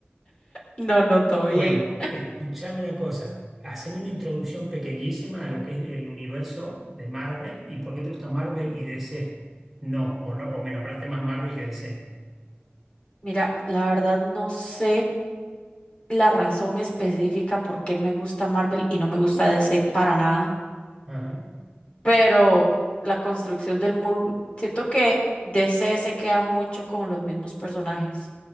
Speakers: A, on the left (about 30°); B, in the centre.
A: No, no, todo bien.
B: Bueno, escúchame una cosa. Haceme una introducción pequeñísima a lo que es el universo de Marvel y por qué te gusta Marvel y DC. No, o no, o me nombraste más Marvel que DC.
A: Mira, la verdad no sé la razón específica por qué me gusta Marvel y no me gusta DC para nada.
B: Ajá,
A: pero la construcción del muro, siento que DC se queda mucho con los mismos personajes